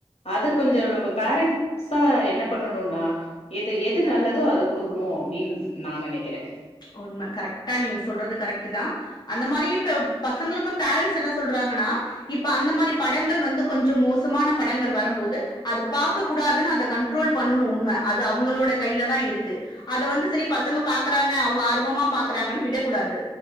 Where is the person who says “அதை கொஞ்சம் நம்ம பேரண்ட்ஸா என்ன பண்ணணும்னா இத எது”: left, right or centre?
Left